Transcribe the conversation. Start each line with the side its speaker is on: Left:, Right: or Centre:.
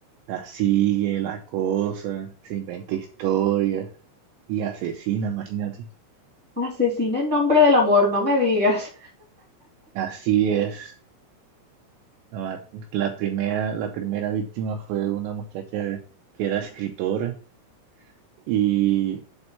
Right: la sigue, la cosa, se inventa historias y asesina, imagínate.
Centre: Asesina en nombre del amor, no me digas,
Right: Así es. La, la primera, la primera víctima fue una muchacha que era escritora y